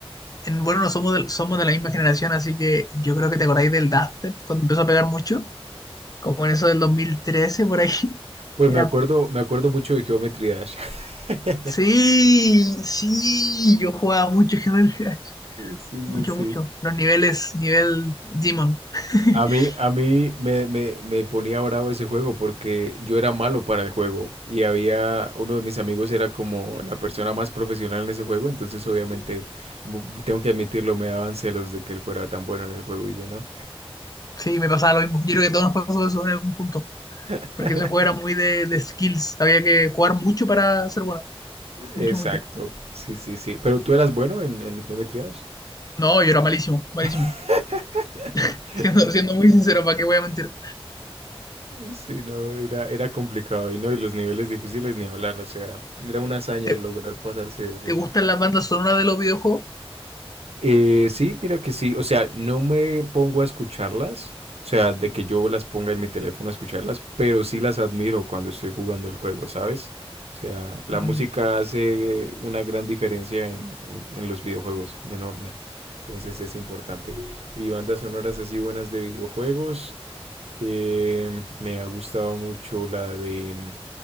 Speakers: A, on the left; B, on the right.
A: en- bueno, no somos de, somos de la misma generación, así que yo creo que te acordáis del Daft Punk cuando empezó a pegar mucho, como en eso del 2013 por ahí. <laughs>
B: pues
A: Era
B: me acuerdo, me acuerdo mucho de Geometry Dash. <laughs>
A: Sí, sí, yo jugaba mucho <laughs> Human Clash,
B: Sí, sí,
A: mucho,
B: sí.
A: mucho. Los niveles, nivel Demon. <laughs>
B: A mí, a mí me, me, me ponía bravo ese juego porque yo era malo para el juego y había uno de mis amigos era como la persona más profesional en ese juego, entonces obviamente bu- tengo que admitirlo, me daban celos de que él fuera tan bueno en el juego y yo no.
A: Sí, me pasaba lo mismo. Yo creo que a todos nos pasó eso en algún punto,
B: <laughs>
A: porque ese juego era muy de, de skills, había que jugar mucho para ser bueno, mucho,
B: Exacto,
A: mucho.
B: sí, sí, sí. Pero tú eras bueno en, en Geometry Dash.
A: No, yo era malísimo, malísimo.
B: <laughs>
A: <laughs> Siendo, siendo muy sincero, ¿para qué voy a mentir?
B: Sí, no, era, era complicado y no, y los niveles difíciles ni hablar, o sea, era una hazaña
A: ¿Te,
B: lograr pasarse eso.
A: te gustan las bandas sonoras de los videojuegos?
B: Eh, sí, mira que sí, o sea, no me pongo a escucharlas, o sea, de que yo las ponga en mi teléfono a escucharlas, pero sí las admiro cuando estoy jugando el juego, ¿sabes? O sea, la
A: Mm,
B: música hace una gran diferencia en, en- en los videojuegos, enorme. Entonces es importante. Y bandas sonoras así buenas de videojuegos. eh, me ha gustado mucho la de